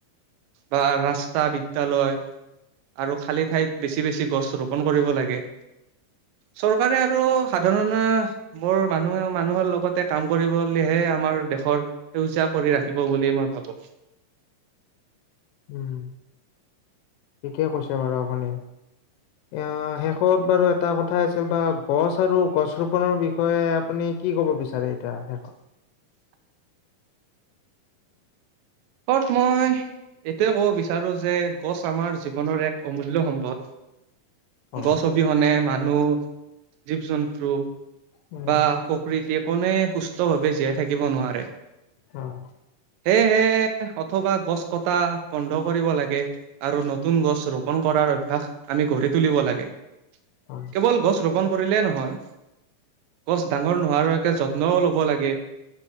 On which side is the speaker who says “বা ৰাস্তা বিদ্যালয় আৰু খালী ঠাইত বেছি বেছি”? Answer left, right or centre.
Right